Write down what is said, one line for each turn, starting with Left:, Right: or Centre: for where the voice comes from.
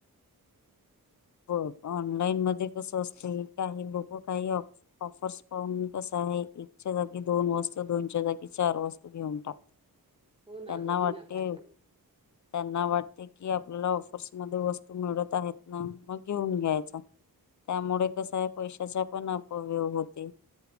Left: बघ ऑनलाईन मध्ये कस असत काही लोक काही ऑ ऑफर्स पाहून कस आहे एकच्या जागी दोन वस्तू दोनच्या जागी चार वस्तू घेऊन टाक.
Right: हो ना
Left: त्यांना
Right: ग
Left: वाटते
Right: विनाकारण
Left: त्यांना वाटते की आपल्याला ऑफर्समध्ये वस्तू मिळत आहेत. ना मग घेऊन घ्यायचा त्यामुळे कस आहे पैशाचा पण अपव्यव होते.